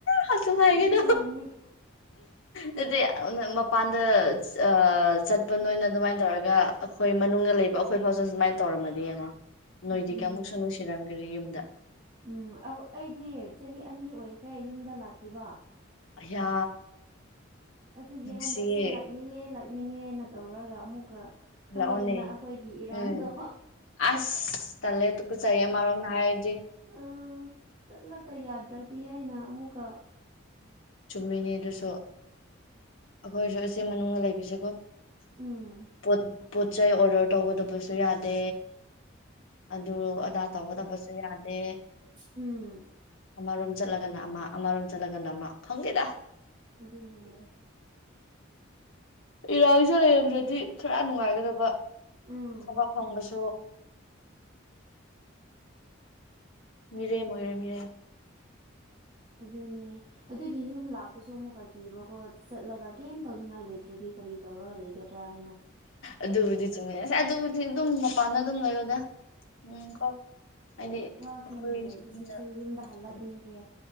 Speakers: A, on the left; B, on the right.
A: ꯍꯁꯨ ꯍꯥꯏꯒꯅꯨ
B: ꯀꯨꯏꯈ꯭ꯔꯕꯅꯦ
A: ꯑꯗꯨꯗꯤ ꯃꯄꯥꯟꯗ ꯑ ꯆꯠꯄ ꯅꯣꯏꯅ ꯑꯗꯨꯃꯥꯏꯅ ꯇꯧꯔꯒ ꯑꯩꯈꯣꯏ ꯃꯅꯨꯡꯗ ꯂꯩꯕ ꯑꯩꯈꯣꯏ ꯐꯥꯎ ꯁꯨꯃꯥꯏꯅ ꯇꯧꯔꯝꯃꯗꯤ ꯌꯦꯡꯉꯣ ꯅꯣꯏꯗꯤ
B: ꯑꯗꯨꯅꯦ
A: ꯀꯌꯥꯃꯨꯛꯁꯨ ꯅꯨꯡꯁꯤꯔꯝꯒꯔꯤ ꯌꯨꯝꯗ
B: ꯎꯝ ꯑꯧ ꯑꯩꯗꯤ ꯆꯍꯤ ꯑꯅꯤ ꯑꯣꯏꯈ꯭ꯔꯦ ꯌꯨꯝꯗ ꯂꯥꯛꯇ꯭ꯔꯤꯕꯥ
A: ꯑꯌꯥ
B: ꯑꯗꯨꯒꯤ
A: ꯅꯨꯡꯁꯤꯌꯦ
B: ꯍꯟꯗꯛꯁꯦ ꯂꯥꯛꯅꯤꯡꯉꯦ ꯂꯥꯛꯅꯤꯡꯉꯦꯅ ꯇꯧꯔꯒ ꯑꯃꯨꯛꯀ ꯈꯪꯉꯦꯗꯅ
A: ꯂꯥꯛꯑꯣꯅꯦ
B: ꯑꯩꯈꯣꯏꯒꯤ ꯏꯔꯥꯡꯗꯣ
A: ꯎꯝ ꯑꯁ ꯇꯜꯂꯦ ꯇꯨꯀꯨꯠꯆꯩꯌꯦ ꯑꯃꯔꯣꯝꯗ ꯍꯥꯏꯔꯗꯤ
B: ꯑ ꯆꯠꯂꯒ ꯌꯥꯗ꯭ꯔꯗꯤ ꯍꯥꯏꯅ ꯑꯃꯨꯛꯀ
A: ꯆꯨꯝꯃꯤꯅꯦ ꯑꯗꯨꯁꯨ ꯑꯈꯣꯏꯁꯨ ꯑꯁꯤ ꯃꯅꯨꯡꯗ ꯂꯩꯕꯁꯦꯀꯣ
B: ꯎꯝ
A: ꯄꯣꯠ ꯄꯣꯠꯆꯩ ꯑꯣꯔꯗꯔ ꯇꯧꯒꯗꯕꯁꯨ ꯌꯥꯗꯦ ꯑꯗꯨ ꯇꯥꯠ ꯇꯧꯒꯗꯕꯁꯨ ꯌꯥꯗꯦ
B: ꯎꯝ
A: ꯑꯃꯔꯣꯝ ꯆꯠꯂꯒꯅ ꯑꯃ ꯑꯃꯔꯣꯝ ꯆꯠꯂꯒꯅ ꯑꯃ ꯈꯪꯗꯦꯗ
B: ꯑꯗꯨꯅꯦ
A: ꯏꯔꯥꯡꯁꯦ ꯂꯩꯔꯝꯗ꯭ꯔꯗꯤ ꯈꯔ ꯅꯨꯡꯉꯥꯏꯒꯗꯕ
B: ꯎꯝ
A: ꯊꯕꯛ ꯐꯪꯕꯁꯨ ꯃꯤꯔꯦꯝ ꯑꯣꯏꯔꯦ ꯃꯤꯔꯦꯝ
B: ꯑꯗꯨꯅꯦ ꯑꯗꯨꯒꯤ ꯌꯨꯝ ꯂꯥꯛꯄꯁꯨ ꯑꯃꯨꯛꯀ ꯀꯤꯕꯀꯣ ꯆꯠꯂꯒ ꯀꯩꯝ ꯇꯧꯅꯤꯡꯉꯥꯏ ꯂꯩꯇ꯭ꯔꯗꯤ ꯀꯔꯤ ꯇꯧꯔꯒ ꯂꯩꯒꯗ꯭ꯔꯥ ꯍꯥꯏꯅ
A: ꯑꯗꯨꯕꯨꯗꯤ ꯆꯨꯝꯃꯤ ꯑꯁ ꯑꯗꯨꯕꯨꯗꯤ ꯑꯗꯨꯝ ꯃꯄꯥꯟꯗ ꯑꯗꯨꯝ ꯂꯩꯌꯣꯗ ꯎꯝ ꯀꯣ ꯍꯥꯏꯗꯤ
B: ꯋꯥꯈꯩꯅꯦ
A: ꯑꯩꯈꯣꯏ
B: ꯂꯩꯕꯁꯤꯁꯨ
A: ꯃꯤꯅ
B: ꯌꯨꯝꯗ ꯍꯜꯂꯛꯅꯤꯡꯈ꯭ꯔꯦ
A: ꯎꯝ